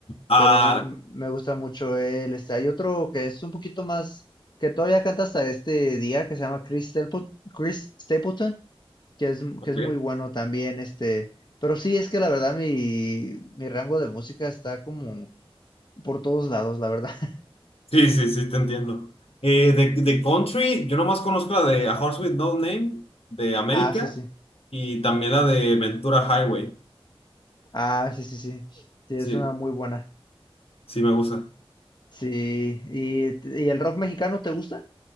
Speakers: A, on the left; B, on the left.
A: Ah,
B: pero me, me gusta mucho él. Este, hay otro que es un poquito más, que todavía canta hasta este día, que se llama Chris, Stelpo- Chris Stapleton, que es,
A: ok.
B: que es muy bueno también, este, pero sí, es que la verdad mi, mi rango de música está como por todos lados, la verdad. <laughs>
A: Sí, sí, sí, te entiendo. Eh, de, de country, yo nomás conozco la de A Horse with No Name de América
B: Ah, sí, sí.
A: y también la de Ventura Highway.
B: Ah, sí, sí, sí. Sí, es
A: Sí,
B: una muy buena.
A: sí me gusta.
B: Sí. ¿Y, y el rock mexicano te gusta?